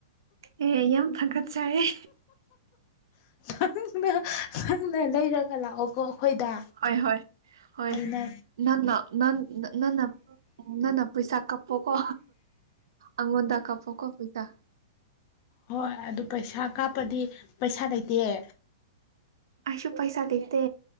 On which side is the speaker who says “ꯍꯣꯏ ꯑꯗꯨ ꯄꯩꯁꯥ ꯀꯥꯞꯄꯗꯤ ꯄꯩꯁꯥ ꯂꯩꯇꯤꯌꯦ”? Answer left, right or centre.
Left